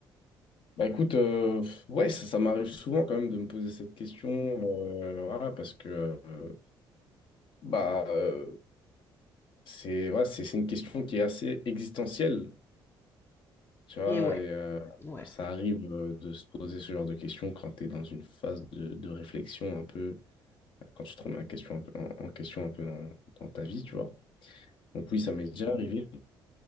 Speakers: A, on the left; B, on the left.
A: Bah écoute, euh, ouais, ça, ça m'arrive souvent quand même de me poser cette question, euh, voilà, parce que euh, bah euh, c'est voilà, c'est c'est une question qui est assez existentielle Tu vois,
B: Et ouais,
A: et euh,
B: ouais.
A: ça arrive euh, de se poser ce genre de questions quand tu es dans une phase de, de réflexion un peu, quand tu te remets en question un peu, en, en question un peu dans, dans ta vie, tu vois. Donc oui, ça m'est déjà arrivé.